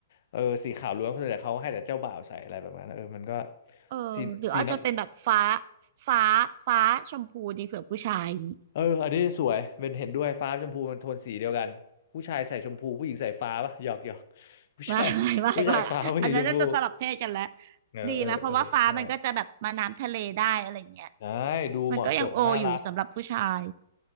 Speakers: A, on the left; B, on the right.
A: เออสีขาวล้วนส่วนใหญ่เขาให้แต่เจ้าบ่าวใส่อะไรแบบนั้นเออมันก็
B: เออหรืออาจจะเป็นแบบฟ้า
A: สีสีน้
B: ฟ้าฟ้าชมพูดีเผื่อผู้ชายอย่างงี้
A: ำเอออันนี้สวยเป็นเห็นด้วยฟ้าชมพูมันโทนสีเดียวกันผู้ชายใส่ชมพูผู้หญิงใส่ฟ้าปะหยอกหยอก <laughs> ผู้ชายผู้ชายฟ้าผู้หญิงชมพู
B: ไม่ไม่ไม่ไม่อันนั้นน่าจะสลับเพศกันแล้ว
A: เออเออเออใช่
B: ดีไหมเพราะว่าฟ้ามันก็จะแบบมาน้ำทะเลได้อะไรอย่างเงี้ย
A: ใช่ดูเหมาะสมน่ารัก
B: มันก็ยังโออยู่สำหรับผู้ชาย